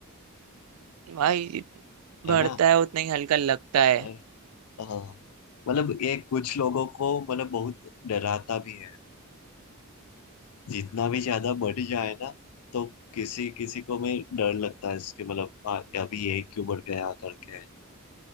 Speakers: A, on the right; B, on the left.
A: भाई जित- बढ़ता
B: है ना
A: है उतना ही हल्का लगता है
B: और हाँ मतलब ये कुछ लोगों को मतलब बहुत डराता भी है जितना भी ज्यादा बढ़ जाए ना तो किसी किसी को में डर लगता है इसके मतलब आ, अभी ये क्यों बढ़ गया करके